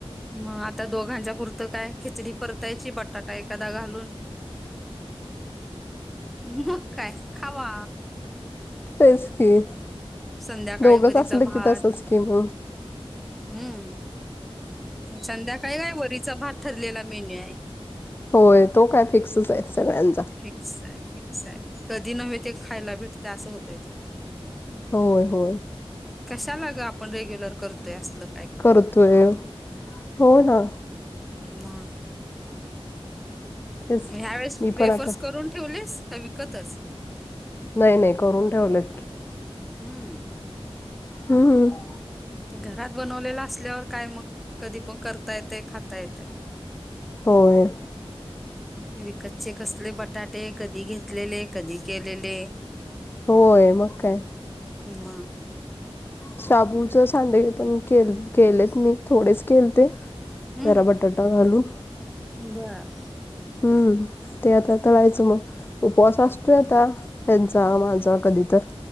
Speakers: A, in the centre; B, on the left.
A: मग आता दोघांच्या पुरतं काय खिचडी परतायची बटा ट एखादा घालून, मग काय खावा.
B: तेच की,
A: संध्याकाळी
B: दोघच
A: वरीचा
B: असल
A: भात
B: की तसच की म.
A: हम्म, संध्याकाळी काय वरीचा भात ठरलेला मेन्यू आहे.
B: होय तो काय फिक्सच आहे सगळ्यांचा.
A: फिक्स आहे फिक्स आहे, कधी नव्हे ते खायला भेटते असं होतय ते.
B: होय होय.
A: कशाला ग आपण रेग्युलर करतोय असल?
B: करतोय, हो ना.
A: म.
B: तेच.
A: म ह्या वेळेस
B: मी
A: वेफर्स
B: पण आता
A: करून ठेवलेस का विकतच?
B: नाही नाही करून ठेवलेत की.
A: हम्म.
B: हम्म हम्.
A: घरात बनवलेलं असल्यावर काय मग, कधी पण करता येतय खाता येतय.
B: होय.
A: विकतचे कसले बटाटे कधी घेतलेले कधी केलेले?
B: होय मग काय?
A: म.
B: शाबूच सांडगे पण केल- केलेत मी थोडेच केलेते.
A: हम्म
B: जरा बटाटा घालू
A: बर.
B: हम्म, ते आता तळायचं म. उपवास असतोय आता, ह्यांचा माझा कधी तर.